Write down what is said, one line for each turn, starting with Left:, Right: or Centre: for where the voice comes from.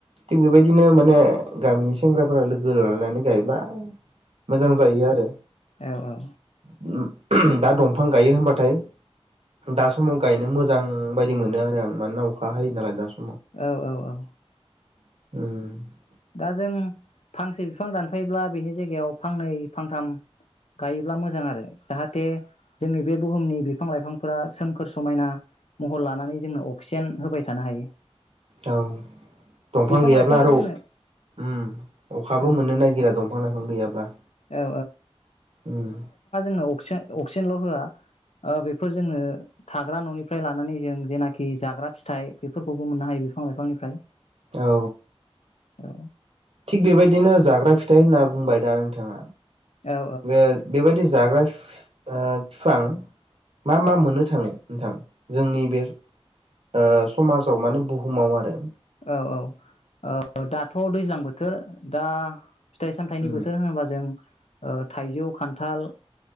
Right: थिग बेबायदिनो माने गामिनि सेंग्राफ्रा लोगो लोगो लालायनानै गायब्ला मोजां जायो आरो
Left: औ औ
Right: उम दा दंफां गायो होनबाथाय दा समाव गायनो मोजां बायदि मोनो आरो आं मानोना अखा हायो नालाय दा स
Left: औ औ औ
Right: उम
Left: दा जों फांसे बिफां दानफायोब्ला बिनि जायगायाव फांनै फांथाम गायोब्ला मोजां आरो जाहाथे जोंनि बे बुहुमनि बिफां लाइफांफोरा सोमखोर समायना महर लानानै जोंनो अक्सिजेन होबाय थानो हायो
Right: औ दंफां
Left: बिफां
Right: गैयाब्ला
Left: लाइफाङा
Right: आरो
Left: जोंनो
Right: उम अखाबो
Left: औ
Right: मोननो नायगिरा दंफां लाइफां गैयाब्ला
Left: औ
Right: उम
Left: ओ अक्सिजेन अक्सिजेनल' होआ ओ बेफोर जोंनो थाग्रा न'निफ्राय लानानै जों जेनाखि जाग्रा फिथाइ बेफोरखौबो मोननो हायो बिफां लाइफांनिफ्राय
Right: औ
Left: औ
Right: थिग बेबायदिनो जाग्रा फि थाइ होनना बुंबाय दा नोंथाङा
Left: औ
Right: बे बेबायदि जाग्रा फि फा फिफां मा मा मोननो थाङो नोंथां जोंनि बे ओ समाजाव माने बुहुमाव आरो
Left: औ औ ओदाथ' दैज्लां बोथोर दा फिथाइ सामथाइनि
Right: उम
Left: बोथोर होनोबा जों थाइजौ खान्थाल